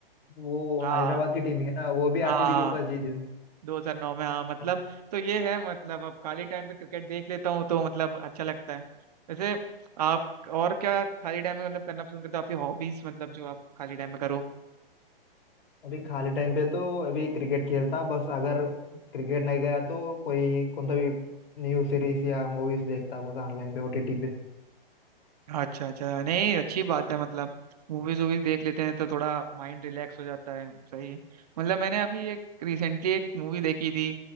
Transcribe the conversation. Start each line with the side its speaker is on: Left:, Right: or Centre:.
Left: वो
Right: हाँ
Left: हैदराबाद की टीम ही है ना वो भी
Right: हाँ
Left: आरसीबी
Right: हाँ
Left: के ऊपर जीती होंगी
Right: 2009 में हाँ मतलब
Left: हाँ,
Right: तो ये है मतलब अब खाली टाइम पे क्रिकेट देख लेता हूँ तो मतलब अच्छा लगता है वैसे आप और क्या खाली टाइम में मतलब करना पसंद करते हो आपकी हॉबीज मतलब जो आप खाली टाइम में करो
Left: अभी खाली टाइम पे तो अभी क्रिकेट खेलता बस अगर क्रिकेट नहीं गया तो कोई कौन सा भी न्यूज सीरीज या मूवीज देखता बस ऑनलाइन पे ओटीटी पे
Right: अच्छा अच्छा नहीं अच्छी बात है मतलब मूवीज वूवीज देख लेते हैं तो थोड़ा माइंड रिलैक्स हो जाता है सही है मतलब मैंने अभी एक रिसेंटली एक मूवी देखी थी